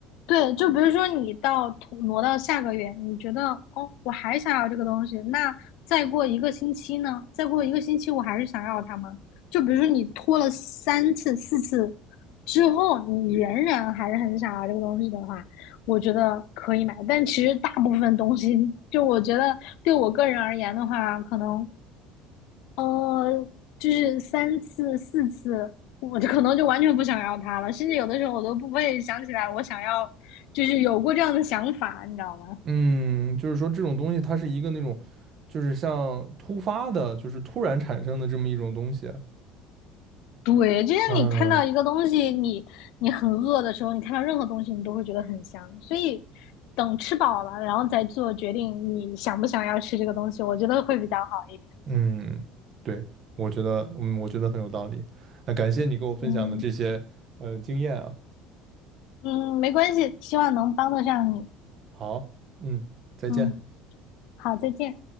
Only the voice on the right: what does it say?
嗯，就是说这种东西它是一个那种就是像突发的，就是突然产生的这么一种东西。
嗯，
嗯，对，我觉得，嗯，我觉得很有道理。那感谢你给我分享的这些呃经验啊。
好，嗯，再见。